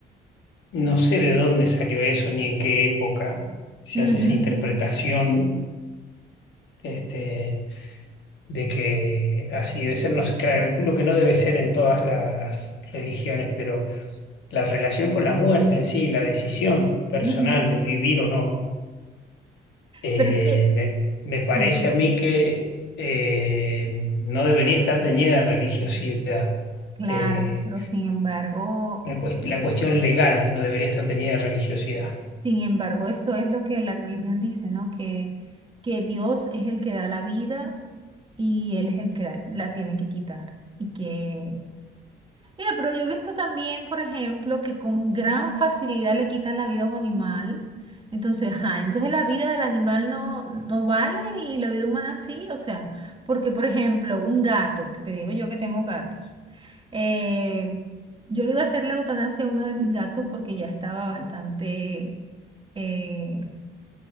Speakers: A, on the left; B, on the right.
A: No sé de dónde salió eso ni en qué época se
B: Ujú.
A: hace esa interpretación, este, de que así debe ser. No, sé, calculo que no debe ser en todas las religiones, pero la relación con la muerte en sí, la decisión personal
B: Ujú.
A: de vivir o no, eh,
B: Pero es que,
A: me, me parece
B: ajá,
A: a mí que eh, no debería estar teñida de religiosidad.
B: claro,
A: de-
B: pero sin embargo,
A: la, cuest- la cuestión legal no debería estar teñida de religiosidad.
B: sin embargo, eso es lo que la religión dice, ¿no? Que, que Dios es el que da la vida y Él es el que la, la tiene que quitar. Y que Mira, pero yo he visto también, por ejemplo, que con gran facilidad le quitan la vida a un animal. Entonces, ajá, entonces la vida del animal no, no vale y la vida humana sí. O sea, porque, por ejemplo, un gato, que te digo yo que tengo gatos, eh, yo le iba a hacer la eutanasia a uno de mis gatos porque ya estaba bastante, eh,